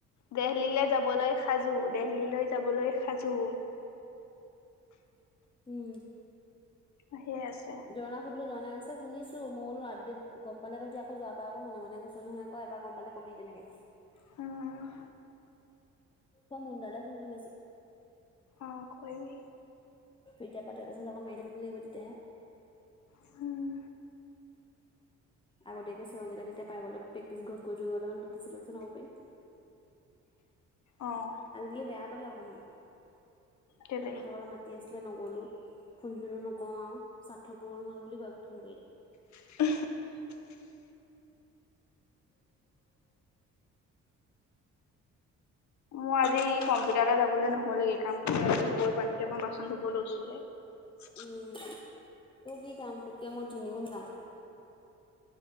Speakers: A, on the left; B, on the left.
A: দেহলিলে যাবলৈ সাজু দেহলিলৈ যাবলৈ সাজু।
B: উম।
A: আহিয়ে আছে।
B: জৰ্নাক সুধিলো জৰ্নাই কৈছে শুনিছোঁ মই বোলো আপদেত গম পালেটো এতিয়া আকৌ যোৱাবাৰ আকৌ মনে মনে গৈছ নহয় আকৌ এইবাৰ গম পালে কবি তেনেকে কৈছ
A: হোম হোম।
B: মই মুন দালে ফোন কৰিম আজি।
A: অঁ কৰিবি।
B: এতিয়া পা তেল চেল অকণ মাৰি থবগৈ লাগিব তেতিয়াহে।
A: হোম।
B: আগতীয়াকে চেও কিতা তেতিয়া পাই গলে প্ৰেকটিছ ঘৰত কৈ ধৰিবলে হ'ব <unintelligible> পাৰিম
A: অহ।
B: আজিকালি বেয়া পালে অকমান,
A: কেলে
B: সিহঁত ঘলে মা মাতি আছিলে নগ'লো ফোন চোনো নকৰোঁ আৱ স্বাৰ্থপূৰণ হ'ল বুলি কয় ফোন কৰিলে।
A: উমহ। মই আজি কম্পিউটাৰলে যাবলে নহ'লেগেই কাম কৰি আজৰি হ'বই পৰা নাই, এতিয়া মই বাচন ধুব লৈছো হে। <unintelligible>
B: উম তোৰ কি কাম তোতকে মোৰ তিনি গুণ কাম।